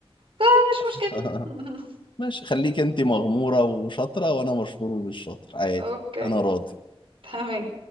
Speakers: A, on the right (about 65°); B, on the left (about 55°).
A: ده مش
B: <laughs>
A: مشكلة <laughs>
B: ماشي خليك انت مغموره وشاطره وانا مشهور ومش شاطر عادي
A: اوكي
B: انا راضي
A: تمام